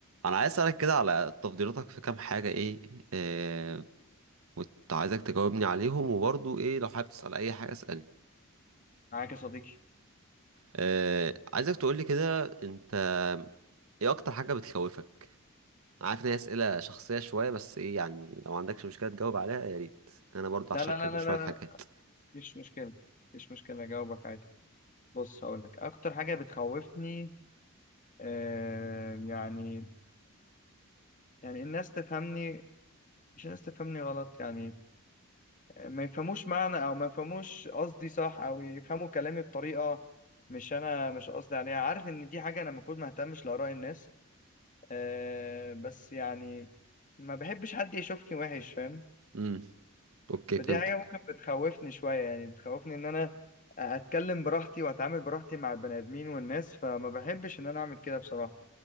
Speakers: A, on the right (about 70°); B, on the left (about 35°).
A: انا عايز اسالك كده على تفضيلاتك في كام حاجه ايه آه وكنت عايزك تجاوبني عليهم وبرضو ايه لو حابب تسال اي حاجه اسالني
B: معاك يا صديقي
A: آه عايزك تقولي كده انت ايه اكتر حاجه بتخوفك أنا عارف ان هي اسئله شخصيه شويه بس ايه يعني لو عندكش مشكله تجاوب عليها يا ريت انا برضو
B: لا
A: هشاركك
B: لا لا لا
A: بشويه
B: لا
A: حاجات
B: لا مفيش مشكلة مفيش مشكلة أجاوبك عادي بص هقول لك أكتر حاجة بتخوفني آه يعني يعني الناس تفهمني مش الناس تفهمني غلط يعني ما يفهموش معنى أو ما يفهموش قصدي صح أو يفهموا كلامي بطريقة مش أنا مش قصدي عليها عارف إن دي حاجة أنا المفروض ما أهتمش لآراء الناس آه بس يعني ما بحبش حد يشوفني وحش فاهم
A: امم اوكي
B: فدي
A: فهمتك
B: حاجة ممكن بتخوفني شوية يعني بتخوفني إن أنا أتكلم براحتي وأتعامل براحتي مع البني آدمين والناس فما بحبش إن أنا أعمل كده بصراحة